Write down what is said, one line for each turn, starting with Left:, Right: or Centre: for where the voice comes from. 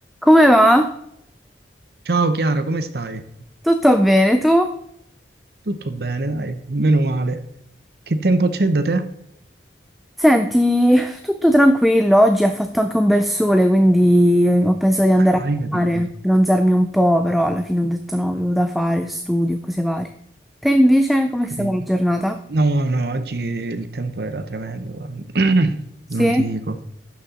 Centre: Come va?
Right: Ciao Chiara, come stai?
Centre: Tutto bene, tu?
Right: Tutto bene, dai, meno male. Che tempo c'è da te?
Centre: Senti, tutto tranquillo, oggi ha fatto anche un bel sole, quindi ho pensato di andare
Right: Ah, hai
Centre: a
Right: capito,
Centre: mare,
Right: ho
Centre: bronzarmi un po', però alla fine ho detto no, avevo da fare, studio, cose varie. Te invece, com'è
Right: capito.
Centre: stata la giornata?
Right: No, no, oggi il tempo era tremendo, guarda. <clears throat>
Centre: Sì?
Right: Non ti dico.